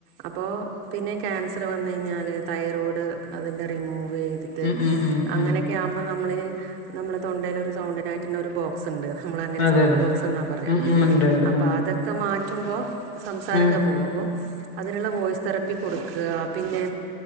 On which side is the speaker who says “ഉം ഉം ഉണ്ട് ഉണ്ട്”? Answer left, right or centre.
Left